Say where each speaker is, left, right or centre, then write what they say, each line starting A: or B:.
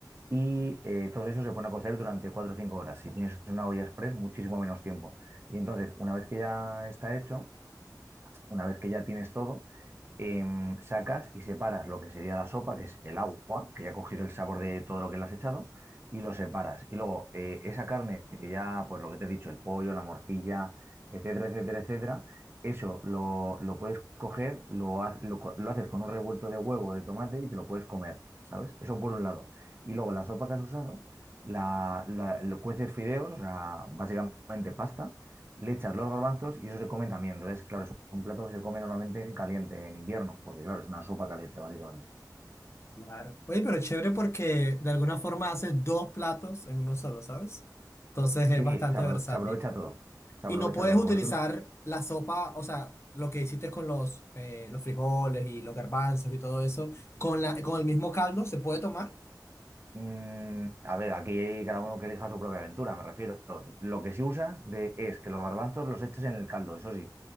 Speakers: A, on the right (about 35°); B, on the left (about 40°).
A: y eh, todo eso se pone a cocer durante 4 o 5 horas. Si tienes una olla express, muchísimo menos tiempo. Y entonces, una vez que ya está hecho, una vez que ya tienes todo, em, sacas y separas lo que sería la sopa, que es el agua, que ya ha cogido el sabor de todo lo que le has echado, y lo separas. Y luego eh, esa carne que ya, pues lo que te he dicho, el pollo, la morcilla, etcétera, etcétera, etcétera, eso lo, lo puedes coger, lo, ha- lo co- lo haces con un revuelto de huevo, de tomate y te lo puedes comer, ¿sabes? Eso por un lado. Y luego la sopa que has usado, la, la- lo cueces fideos, o sea, básicamente pasta, le echas los garbanzos y eso se come también. Entonces, claro, un plato que se come normalmente en caliente, en invierno, porque claro, es una sopa caliente, básicamente.
B: Claro. Oye, pero chévere porque de alguna forma haces dos platos en uno solo, ¿sabes? Entonces
A: Sí,
B: es bastante
A: se, apro-
B: versátil.
A: se aprovecha todo, se
B: Y
A: aprovecha
B: no puedes
A: todo.
B: utilizar
A: Vosotros,
B: la sopa, o sea, lo que hiciste con los, eh, los frijoles y los garbanzos y todo eso, con la, con el mismo caldo, ¿se puede tomar?
A: mm, a ver, aquí cada uno que elija su propia aventura, me refiero. Lo que sí usas de, es que los garbanzos los eches en el caldo, eso sí,